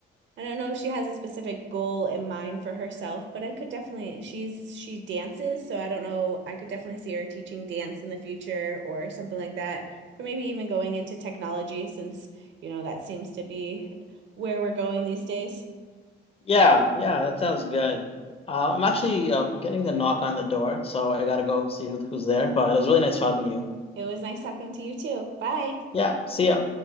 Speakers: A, on the right; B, on the left.
A: I don't know if she has a specific goal in mind for herself, but I could definitely she's she dances, so I don't know, I could definitely see her teaching dance in the future or something like that, or maybe even going into technology since, you know, that seems to be where we're going these days.
B: yeah, yeah. That sounds good. Uh, I'm actually um, getting a knock on the door, so I gotta go see who, who's there. But it was really nice talking to you.
A: It was nice talking to you too. Bye.
B: Yeah, see ya.